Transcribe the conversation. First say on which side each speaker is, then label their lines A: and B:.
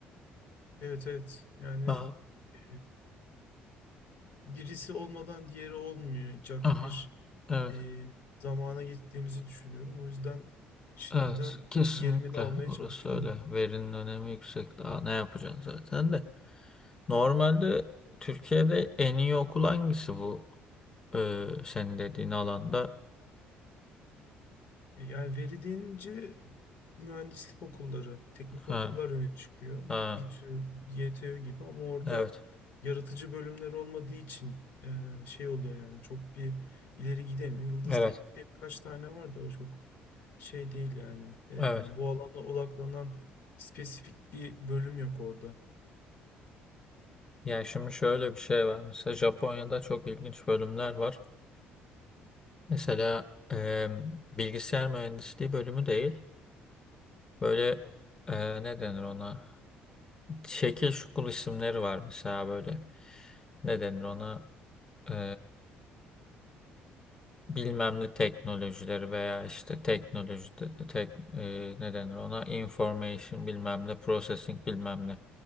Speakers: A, on the left; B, on the left.
A: Evet evet yani
B: Aha.
A: e, birisi olmadan diğeri olmayacak
B: Aha.
A: bir
B: Evet.
A: e, zamana gittiğimizi düşünüyorum. O yüzden şimdiden
B: Evet. Kesinlikle.
A: yerimi de almaya
B: Orası
A: çalışıyorum.
B: öyle. Verinin önemi yüksek. Daha ne yapacaksın zaten de. Normalde Türkiye'de en iyi okul hangisi bu? Ee, senin dediğin alanda.
A: E, Yani veri deyince mühendislik okulları, teknik
B: Ha,
A: okullar öne çıkıyor.
B: ha,
A: İTÜ, YTÜ gibi ama orada
B: evet,
A: yaratıcı bölümler olmadığı için e, şey oluyor yani çok bir ileri gidemiyor. Yıldız
B: evet,
A: Teknik'te birkaç tane var da o çok şey değil yani. E,
B: evet.
A: bu alana odaklanan spesifik bir bölüm yok orada.
B: Yani şimdi şöyle bir şey var. Mesela Japonya'da çok ilginç bölümler var. Mesela e, bilgisayar mühendisliği bölümü değil. Böyle e, ne denir ona? Şekil şukul isimleri var mesela böyle. Ne denir ona? E, bilmem ne teknolojileri veya işte teknoloji de- tek, e, ne denir ona? Information bilmem ne, processing bilmem ne.